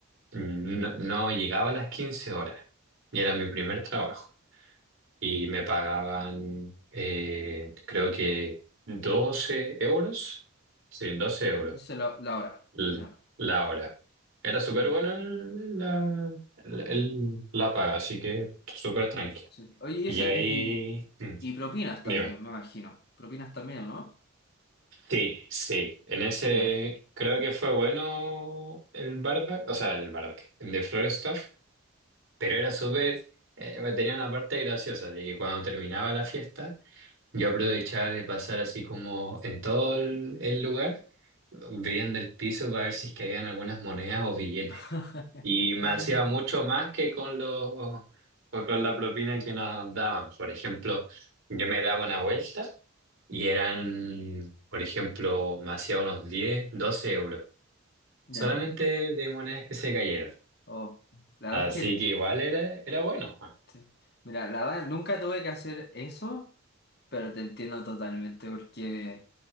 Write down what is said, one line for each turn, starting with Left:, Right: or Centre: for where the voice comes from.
Right: no, no llegaba a las 15 horas. Y era mi primer trabajo y me pagaban, eh, creo que 12 euros, sí, 12 euros
Left: Se la, la hora.
Right: l-
Left: Ya,
Right: la hora. Era súper
Left: ya,
Right: bueno el- la, el- el- la paga, así que súper tranqui.
Left: ya. sí. Oye, y
Right: Y
Left: eso
Right: ahí,
Left: y,
Right: mm,
Left: y propinas
Right: dime.
Left: también, me imagino. Propinas también, ¿no?
Right: Sí, sí, en ese
Left: Ya.
Right: creo que fue bueno el barback, o sea, el barback, el de Florestaff, pero era súper, eh, tenía una parte graciosa de que cuando terminaba la fiesta, Yo aprovechaba de pasar así como en todo el, el lugar, viendo el piso para ver si es que habían algunas monedas o billetes.
Left: <laughs>
Right: Y me hacía mucho más que con los, pues con la propina que nos daban. Por ejemplo, yo me daba una vuelta y eran, por ejemplo, me hacía unos 10 12 euros,
Left: Ya.
Right: solamente de monedas que se cayeron.
Left: Oh. La
Right: Así
Left: verdad es que,
Right: que igual era, era bueno.
Left: sí. mira, la verdad nunca tuve que hacer eso, pero te entiendo totalmente porque,